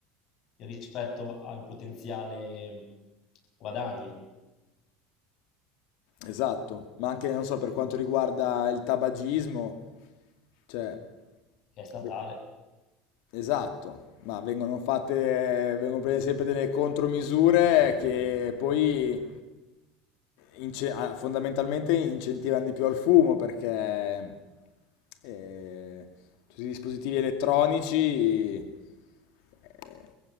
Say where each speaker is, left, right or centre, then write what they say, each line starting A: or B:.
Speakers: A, on the left; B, on the left.
A: rispetto al potenziale guadagno
B: Esatto, ma anche, non so, per quanto riguarda il tabagismo, cioè,
A: che è statale.
B: beh, Esatto, ma vengono fatte, vengono prese sempre delle contromisure che poi ince- ah, fondamentalmente incentivano di più al fumo perché eh, tutti i dispositivi elettronici eh,